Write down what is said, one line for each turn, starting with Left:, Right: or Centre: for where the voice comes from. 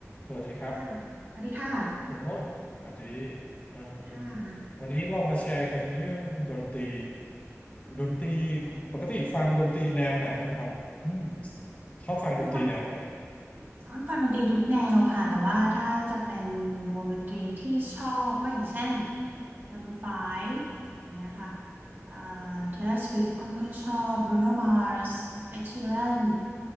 Left: สวัสดีครับ
Right: ค่ะสวัสดีค่ะ
Left: คุณอ้นสวัสดีเอ่อ
Right: ค่ะ
Left: วันนี้เรามาแชร์กันเรื่องดนตรีดนตรีปกติฟังดนตรีแนวไหนบ้างครับอืมชอบฟังดนตรีแนวไหน
Right: ฟังซ้อนฟังดนตรีทุกแนวค่ะแต่ว่าถ้าจะเป็นวงดนตรีที่ชอบก็อย่างเช่น Maroon 5อย่างเงี้ยค่ะเอ่อ Taylor Swift อ้นก็ชอบ Bruno Mars Ed Sheeran